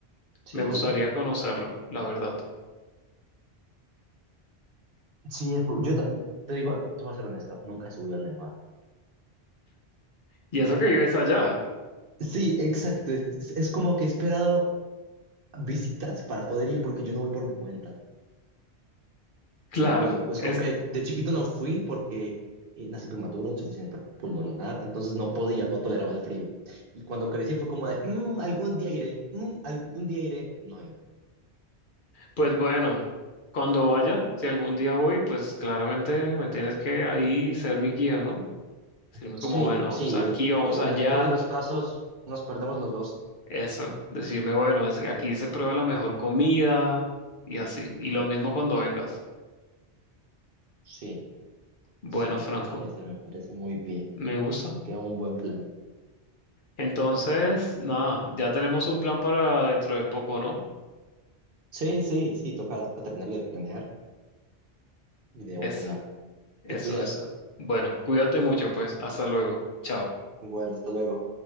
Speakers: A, on the left; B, on the right.
A: me
B: Sí.
A: gustaría conocerlo, la verdad.
B: Sí, es bu- yo ta- te digo, te te voy a ser honesto, nunca he subido al Nevado.
A: Y eso que vives allá,
B: Sí, exacto. Es, es como que he esperado visitas para poder ir porque yo no voy por mi cuenta,
A: claro,
B: te lo juro. Es
A: es,
B: como que de chiquito no fui porque eh, nací prematuro, insuficiencia pulmonar, entonces no podía, no toleraba el frío. Y cuando crecí fue como de, "Mm, algún día iré, mm, algún día iré. No he ido.
A: pues bueno, cuando vaya, si algún día voy, pues claramente me tienes que ahí ser mi guía, ¿no? Decirme
B: Sí,
A: como, bueno, vamos
B: sí,
A: aquí, vamos
B: en
A: allá.
B: el peor de los casos nos perdemos los dos.
A: Eso, decirme, bueno, es- aquí
B: Eso.
A: se prueba la mejor comida y así. Y lo mismo cuando vengas.
B: Sí.
A: Bueno,
B: Sí,
A: Franco,
B: me parece, me parece muy bien.
A: me gusta.
B: Queda un buen plan.
A: Entonces, nada, ya tenemos un plan para dentro de poco, ¿no?
B: Sí, sí, sí, toca, toca terminarlo de planear y de una.
A: Eso, eso,
B: Te cuidas.
A: eso. Bueno, cuídate mucho, pues. Hasta luego. Chao.
B: Bueno, hasta luego.